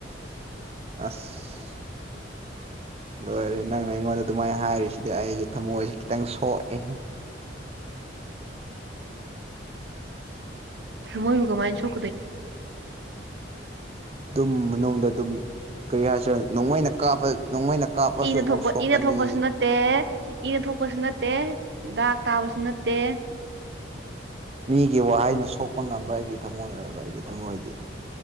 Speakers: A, on the right; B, on the right.
A: ꯑꯁ ꯂꯣꯏꯔꯦ ꯅꯪꯅ ꯑꯩꯉꯣꯟꯗ ꯑꯗꯨꯃꯥꯏꯅ ꯍꯥꯏꯔꯤꯁꯤꯗꯤ ꯑꯩꯁꯦ ꯊꯃꯣꯏꯁꯦ ꯈꯤꯇꯪ ꯁꯣꯛꯑꯦ
B: ꯃꯣꯏ ꯒꯃꯥꯏꯁꯨ
A: ꯑꯗꯨꯝ ꯃꯅꯨꯡꯗ ꯑꯗꯨꯝ ꯀꯔꯤ ꯍꯥꯏꯁꯤꯔ ꯅꯣꯡꯃꯩꯅ ꯀꯥꯞꯄ ꯅꯣꯡꯃꯩꯅ ꯀꯥꯞꯄꯁꯨ
B: ꯏꯅ
A: ꯑꯃꯨꯛ
B: ꯊꯣꯛꯄ
A: ꯁꯣꯛꯀꯅꯤ
B: ꯏꯅ ꯊꯣꯛꯄꯁꯨ ꯅꯠꯇꯦ ꯏꯅ ꯊꯣꯛꯄꯁꯨ ꯅꯠꯇꯦ ꯗ꯭ꯔꯥꯛ ꯇꯥꯕꯁꯨ ꯅꯠꯇꯦ
A: ꯃꯤꯒꯤ ꯋꯥꯍꯩꯩꯅ ꯁꯣꯛꯄ ꯉꯝꯕ ꯑꯩꯒꯤ ꯊꯝꯃꯣꯏ ꯑꯣꯏꯕ ꯑꯩꯒꯤ ꯊꯝꯃꯣꯏꯗꯤ